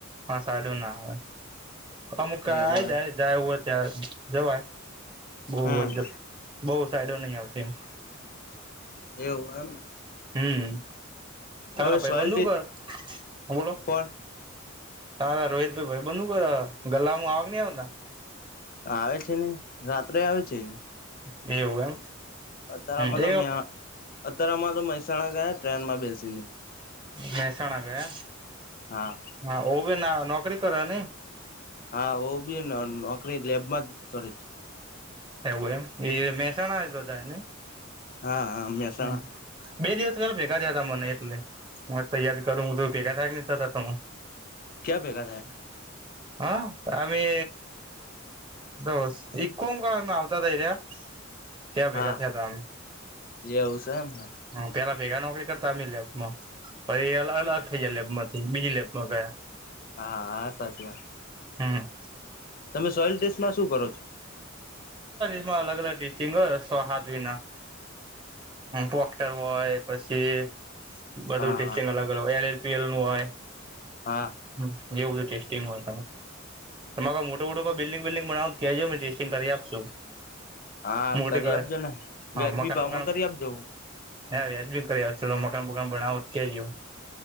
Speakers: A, on the right (about 25°); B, on the left (about 45°).
A: હ સાડું ના આવે અમુક ક આઈ
B: એવું એમ
A: જાય જાયું હોય ત્યાં જવાય. બહ
B: હમ
A: બહ સાઈડો નહીં આવતી
B: એવું એમ
A: એ હમ ખરા
B: તમે
A: ભાઈ
B: સોઈલ
A: બંધુ કર હ બોલો
B: કોણ
A: હાા રોહિત ભાઈબંદ હું કર હ ગલ્લામાં આવે કે નહીં આવતા
B: આવે છે ને રાત્રે આવે છે.
A: એવું એમ.
B: અત્યારે આમાં
A: હમ એ
B: તો મ્યા અત્યારે આમાં તો મહેસાણા ગયા ટ્રેનમાં બેસીને
A: મહેસાણા ગયા.
B: હા
A: હા ઓવેી ના નોકરી કરો ને
B: હા ઓવ બી નોકરી લેબમાં જ કરે છે.
A: એવું એમ એ મહેસાણાતો થાય ને.
B: હા હા મહેસાણા
A: હમ બે દિવસ પેલા ભેગા થયા તા મને એટલે તૈયારી કરું હું તો ભેગા થાય ન થતા તને
B: ક્યા ભેગા થયા.
A: હા અમે હ ઇકો માં આવતા થયા. ત્યાં
B: હા
A: ભેગા હતા
B: એવું છે એમ ન
A: હ પેલા ભેગા નોકરી કરતા અમે લેબમાં પછ એ અલગ થઈ જાય લેબમાંથી બીજી લેબમાં ગયા.
B: હા હા સાચી વાત
A: હા
B: તમે સોયલ ટેસ્ટમાં શું કરો છો
A: સમાં અલગ અલગ ટેસ્ટિંગ વિના પોક્ટર હોય પછી બધું
B: હા
A: ટેસ્ટિંગ
B: હા
A: અલગ અલગ હો એલ એલપીએલ નું હોય.
B: હા.
A: હ જે એવું બધું ટેસ્ટિંગ હોય તમે તમારે કોઈ મોટો મોટો કોઈ બિલ્ડિંગ બિલ્ડિંગ બનાવ ત્યાજો મં ટેસ્ટિંગ કરી આપશું.
B: હા
A: મોટી
B: કરી
A: કરે
B: આપજો ને
A: હા
B: વ્યાજબી
A: મકાન
B: ભાવમાં
A: બકાન
B: કરી આપજો.
A: હા વ્યાજ બી કરી આવો મકાન બકાન બનવાનું તો કેજો